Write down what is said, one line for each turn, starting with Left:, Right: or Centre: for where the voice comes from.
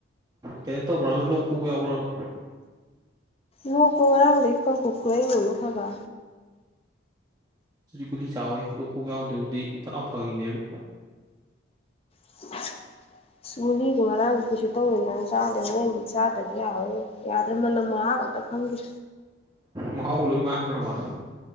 Right: ꯀꯩꯅꯣ ꯇꯧꯕ꯭ꯔꯕ ꯂꯣꯛ ꯈꯨꯕ ꯌꯥꯎꯕ꯭ꯔꯕ
Left: ꯂꯣꯛ ꯈꯨꯕ ꯌꯥꯎꯗꯦ ꯀꯪꯈꯨ ꯈꯨꯔꯩꯅꯦꯃꯤ ꯍꯏꯕꯥ
Right: ꯒꯨꯂꯤ ꯆꯥꯎꯋꯦ ꯂꯨꯈꯨ ꯌꯥꯎꯗꯗꯤ ꯐꯠ ꯂꯥꯎ ꯐꯈꯤꯅꯦꯕ
Left: <inaudible> ꯒꯨꯂꯤꯗꯣ ꯉꯔꯥꯡꯗꯤ ꯀꯩꯁꯨ ꯇꯧꯔꯣꯏꯅ ꯑꯩ ꯆꯥꯗꯦ ꯍꯨꯔꯦꯟꯗꯤ ꯆꯥꯗꯗꯤ ꯌꯥꯔꯔꯣꯏ ꯌꯥꯗ꯭ꯔꯦ ꯃꯅꯝ ꯃꯍꯥꯒ ꯑꯝ ꯑꯈꯪꯒꯤ
Right: ꯃꯍꯥꯎꯒ ꯂꯣꯏ ꯃꯥꯒ꯭ꯔꯕ